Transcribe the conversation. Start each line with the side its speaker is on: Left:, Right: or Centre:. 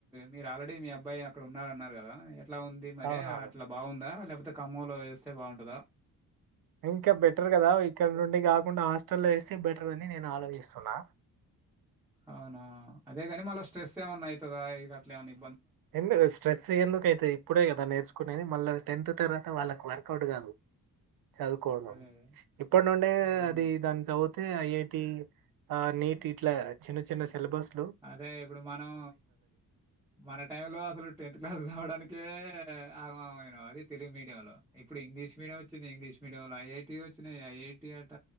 Centre: మీరు ఆల్రెడీ మీ అబ్బాయి అక్కడ ఉన్నారన్నారు కదా గా ఇగ ట్లా ఉంది మరే
Right: అవునవును.
Centre: అట్లా బాగుందా లే లేతే ఖమ్మంలో వేస్తే బాగుంటదా
Right: ఇంకా బెటర్ కదా ఇక్కడ నుండి కాకుండా హాస్టల్లో వేస్తే బెటర్ అని నేను ఆలోచిస్తున్నా
Centre: అవునా అదేగాని మల్ల స్ట్రెస్ ఏమన్నా అయితదా ఇగ అట్లేమనీ
Right: ఎందు స్ట్రెస్ ఎందుకైతాయ్ ఇప్పుడే కదా నేర్చుకునేది మళ్ళ టెన్త్ తర్వాత వాళ్ళకి వర్కౌట్ కాదు చదువుకోవడం
Centre: అదే అదే.
Right: ఇప్పటి నుండే
Centre: అవునా!
Right: అది దాన్ని చదువు అతే ఐఐటి ఆ నీట్ ఇట్లా చిన్న చిన్న సిలబస్
Centre: అదే ఇప్పుడు మనం మన టైం లో అసలు టెన్త్ క్లాస్ చదవడానీకే ఆగమమైన అది తెలుగు మీడియ లో ఇప్పుడు ఇంగ్లీష్ మీడియం వచ్చింది ఇంగ్లీష్ మీడియంలో ఐఐటీ వచ్చినాయ్ ఐఐటి అట